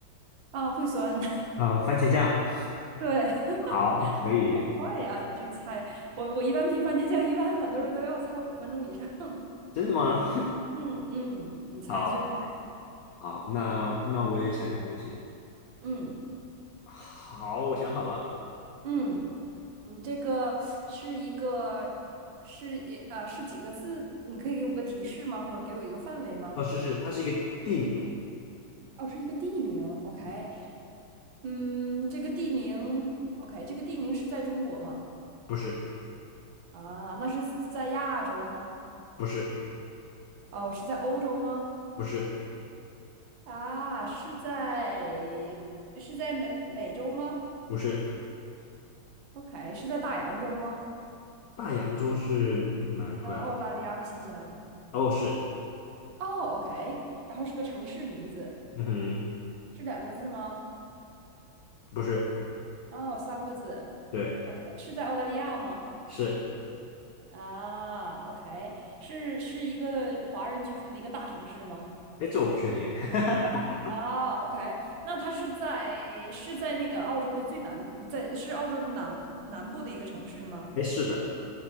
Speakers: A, on the right; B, on the left.
A: 啊，会酸。<laughs>
B: 啊、番茄酱，
A: 对，<laughs>
B: 好，可以，
A: 好快呀！你这猜，我我一般提番茄酱，一般很多人都要猜五分钟以上。<laughs>
B: 真的吗？
A: 嗯嗯，
B: <laughs>
A: 你猜最快。
B: 好好，那那我也想一个东西。
A: 嗯
B: 好，我想好了。
A: 嗯，你这个是一个是一呃是几个字？你可以给我个提示吗？或者给我一个范围吗？
B: 哦，是是，它是一个地名。
A: 哦，是一个地名。OK，
B: 嗯。
A: 嗯，这个地名，OK，这个地名是在中国吗？
B: 不是，
A: 啊，那是在亚洲吗？
B: 不是，
A: 哦，是在欧洲吗？
B: 不是，
A: 啊，是在是在美美洲吗
B: 不是，
A: ？OK，是在大洋洲吗？
B: 大洋洲是哪一块啊？
A: 呃，澳嗯大利亚和新西兰。
B: 哦，是，
A: 哦，OK，然后是个城市名字，
B: 嗯哼，
A: 是两个字吗？
B: 不是，
A: 哦，三个字。
B: 对，
A: OK，是在澳大利亚吗？
B: 是，
A: 啊，OK，是是一个华人居住的一个大城市吗？
B: 哎，这我不确定，哎，
A: 啊，OK，那它是在是在那个澳洲的最南，在是澳洲的南南部的一个城市吗？
B: <laughs> 哎，是的，